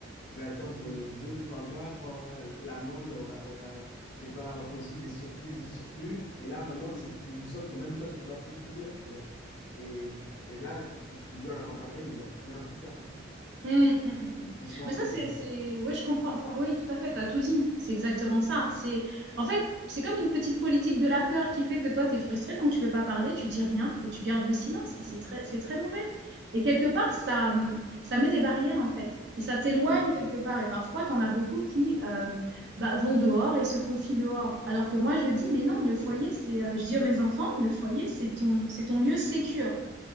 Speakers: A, on the left; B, on the right.
A: je vais attendre euh, deux, trois mois quand euh, l'amende aura, aura, je sais pas, reçu des surplus, des surplus. Et là, maintenant, c'est une somme que même toi, tu peux pas plus couvrir, tu vois. Et, et là, tu, tu viens leur en parler, mais genre bien plus tard.
B: Mm, mm, mm, mm.
A: Franchement,
B: Mais
A: ce
B: ça,
A: que
B: c'est,
A: tu dis.
B: c'est... Ouais, je comprends. Enfin, oui, tout à fait, t'as tout dit. C'est exactement ça. C'est... En fait, c'est comme une petite politique de la peur qui fait que toi, t'es frustré, donc tu veux pas parler, tu dis rien et tu gardes le silence. Et c'est très, c'est très mauvais. Et quelque part, ça, hum, ça met des barrières, en fait. Et ça t'éloigne
A: Oui,
B: quelque part. Et parfois, t'en as beaucoup qui euh, bah, vont dehors et se confient dehors. Alors que moi, je dis, mais non, le foyer,
A: oui,
B: c'est... euh, je dis à mes enfants, le foyer, c'est ton, c'est ton lieu sécure.